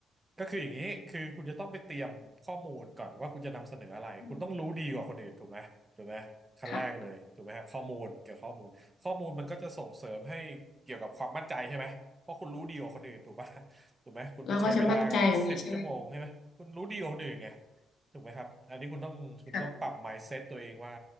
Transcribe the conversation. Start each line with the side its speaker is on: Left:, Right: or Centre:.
Right: ก็คืออย่างนี้คือคุณจะต้องไปเตรียมข้อมูลก่อนว่าคุณจะนำเสนออะไรคุณต้องรู้ดีกว่าคนอื่นถูกไหมถูกไหมขั้นแรกเลยถูกไหมฮะข้อมูลเกี่ยวกับข้อมูลข้อมูลมันก็จะส่งเสริมให้เกี่ยวกับความมั่นใจใช่ไหมเพราะคุณรู้ดีกว่าคนอื่นถูกป่ะ
Left: อืมค่ะ
Right: <laughs> ถูกไหมคุณไปใช้เวลากับมันสิบชั่วโมงใช่ไหมคุณรู้ดีกว่าคนอื่นไง
Left: เราก็จะมั่นใจแบบนี้ใช่ไหม
Right: ถูกไหมครับอันนี้คุณต้องคุณต้องปรับ
Left: ค่ะ
Right: mindset ตัวเองว่า